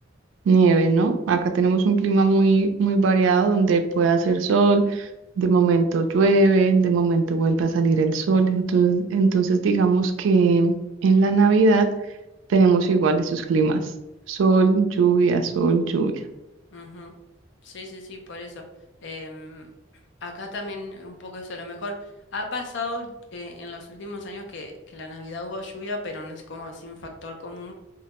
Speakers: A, on the right; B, on the left.
A: nieve, ¿no? Acá tenemos un clima muy, muy variado donde puede hacer sol, de momento llueve, de momento vuelve a salir el sol. Entonces, entonces digamos que en la Navidad tenemos igual esos climas, sol, lluvia, sol, lluvia.
B: Ujú. Sí, sí, sí, por eso. Em, acá también un poco eso, a lo mejor ha pasado eh, en los últimos años que, que la Navidad hubo lluvia, pero no es como así un factor común,